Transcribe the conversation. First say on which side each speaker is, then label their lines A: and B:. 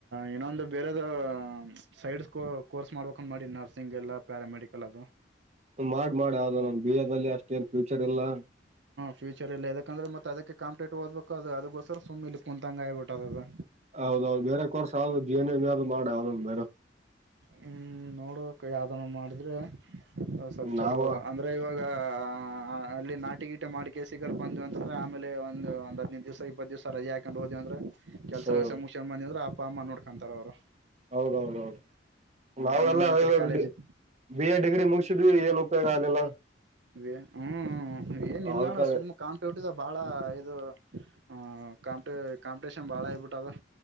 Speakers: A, on the right (about 70°); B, on the right (about 35°).
A: ಇನ್ನೊಂದು ಬೇರೆದ ಸೈಡ್ ಕೋರ್ ಕೋರ್ಸ್ ಮಾಡಬೇಕಂತ್ ಮಾಡಿನ್ ನರ್ಸ್ ಸಿಂಗಲಾ ಪ್ಯಾರಾಮೆಡಿಕಲ್ ಅದು
B: ಹ್ಮ್ ಮಾಡ್ ಮಾಡ್ ಯಾವ್ದನಾ ಒಂದ್ ಬಿಎ ದಲ್ಲಿ ಅಷ್ಟೇನ್ ಫ್ಯೂಚರ್ ಇಲ್ಲಾ
A: ಫೂಚರ್ಲ್ಲಿ ಯಾಕಂದ್ರೆತ್ತ ಅದಕ್ಕೆ ಕಂಪ್ಲೇಟ್ ಓದಬೇಕು ಅದಕ್ಕೋಸ್ಕ ಸುಮ್ಮ ಇ ಕ ಕುಂತಂ ಆಗಿಬಿಟ್ಟ ಅದದು
B: ಹೌದೌದು ಬೇರೆ ಕೋರ್ಸ ಆದದು ಜವನ ಅದು ಮಾಡ ಅವ ಬೇರೆ
A: ಹ ನೋಡೋಕ್ಕೆ ಯಾವವುದನ್ನು ಮಾಡಿದ್ರೆ ಹಸತ್ ಚಲೋ
B: ನಾವ
A: ಅಂದ್ರೆ ಇವಾಗ ಆ ಅಲ್ಲಿ ನಾಟಿಗೀಟ ಮಾಡಿ ಕೆಸ ಕರ್ ಬಂದ್ ಅಂತಂದ್ರೆ ಆಮೇ ಒಂದು ಒಂದ ಹದ್ನೈದು ದಿವ್ಸ ಇಪ್ಪತ್ತು ದಿವಸ ರಜೆ ಹಾಕೊಂಡು ಹೋ್ವಿ ಅಂದ್ರೆ ಕೆಲಸಸ
B: ಹ್ಮ್
A: ಮುಖ್ಯ ಬಂದಿದ್ರ ಅಮ್ಮ ನೋ ಹಕಂತರೋರರು
B: ಹೌದೌದೌದು ನಾವೆಲ್ಲ
A: ಆಮೇಲೆ ನಾವ್ ಈ ಕಡೆ
B: ಇವಾಗ
A: ಕಾಲೇಜ್
B: ಬಿ ಎ ಡಿಗ್ರಿ ಮುಗಿಸಿದ್ವಿ ಏನು ಗಾಲಲ್ಲ <unintelligible>
A: ಅ <unintelligible> ಹ್ಮ್ ಏನ್ ಇಲ್ಲ
B: ಅದಕ್ಕ
A: ಅಣ್ಣ ಸುಮ್ ಕಾಂಪಿಟಿದ ಬಾಳ ಇದು ಹ ಕಾಂಪ ಕಾಂಪಿಟೇಷನ್ ಬಾಳ ಆಯಬಿಟ್ಟು ಅದು